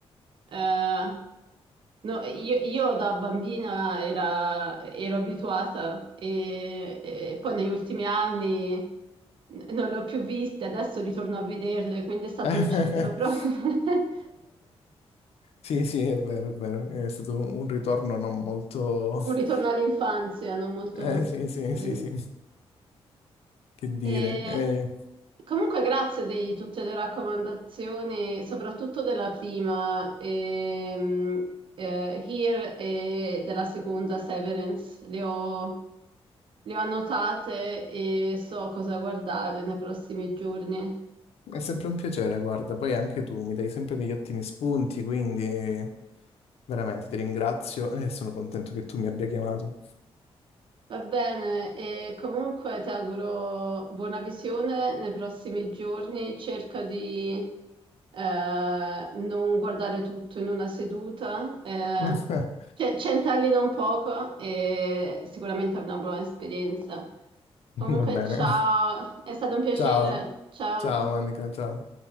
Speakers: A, on the right (about 55°); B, on the left (about 75°).
A: eh, no, io, io da bambina era- ero abituata e, e poi negli ultimi anni n- non le ho più viste, adesso ritorno a vederle, quindi è stato
B: <laughs>
A: un ciclo proprio, <laughs>
B: Sì, sì, è vero, è vero. È stato un ritorno non molto... <laughs>
A: un ritorno all'infanzia, non molto...
B: Eh, sì, sì,
A: credo.
B: sì, sì. Che dire.
A: E,
B: È,
A: Comunque grazie di tutte le raccomandazioni, soprattutto della prima, ehm, eh, Here e della seconda Severance. Le ho, le ho annotate e so cosa guardare nei prossimi giorni.
B: è sempre un piacere, guarda. Poi anche tu mi dai sempre degli ottimi spunti, quindi eh, veramente ti ringrazio <laughs> e sono contento che tu mi abbia chiamato.
A: Va bene, e comunque ti auguro buona visione nei prossimi giorni. Cerca di eh, non guardare tutto in una seduta, eh,
B: <laughs>
A: cioè, centellina un poco e sicuramente è una buona esperienza. Comunque,
B: Va bene.
A: ciao, è stato un piacere.
B: Ciao,
A: Ciao.
B: ciao Manica, ciao.